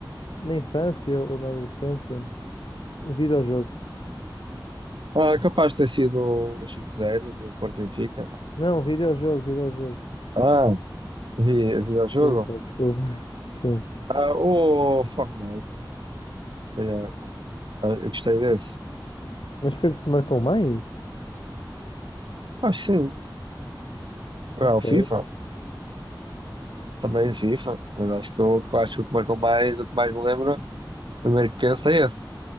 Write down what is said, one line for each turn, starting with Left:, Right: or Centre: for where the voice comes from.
Left: na infância ou na adolescência, Um videojogo.
Right: Ah, é capaz de ter sido o 5-0 do Porto Benfica.
Left: Não, um videojogo, videojogo.
Right: Ah, vi, vi
Left: Desculpa,
Right: o jogo.
Left: desculpa. <laughs> Sim.
Right: Ah, o Fortnite. Se calhar. Ah, eu gostei desse.
Left: Mas foi o que te marcou mais?
Right: Acho que sim.
Left: Ok,
Right: Ah, o FIFA. Também FIFA. Mas acho que o que eu acho que o que marcou mais, o que mais me lembro, primeiro que penso é esse.